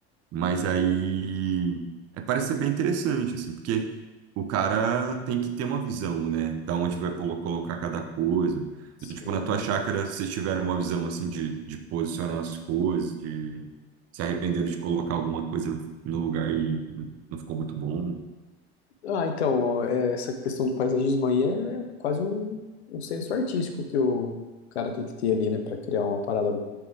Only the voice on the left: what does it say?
Sim,
Ah, então, é, essa questão do paisagismo aí é quase um, um senso artístico que o cara tem que ter ali, né, para criar uma parada